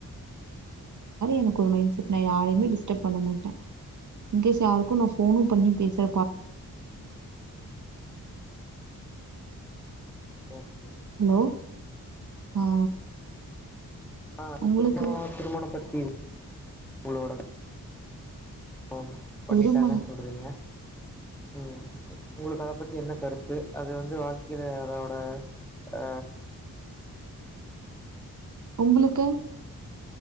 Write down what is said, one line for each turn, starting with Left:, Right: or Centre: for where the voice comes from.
Right: எனக்கு ஒரு மைண்ட செட் நான் யாரையுமே டிஸ்டரப் பண்ண மாட்டேன் இ்ன்கேஸ் யாருக்கும் நான் போனும் பண்ணி
Centre: ம்
Right: பேசுற
Centre: okay okay
Right: hello
Centre: okay okay
Right: ஆ
Centre: ஆ
Right: உங்களுக்கு
Centre: திருமண திருமணம் <unintelligible> உங்களோட ஓ பண்ணிட்டாங்கன்னு
Right: திருமணம்
Centre: சொல்றீங்க ம் உங்களுக்கு அத பத்தி என்ன கருத்து அது வந்து வாழ்க்கையில அதோட ஆ
Right: உங்களுக்கு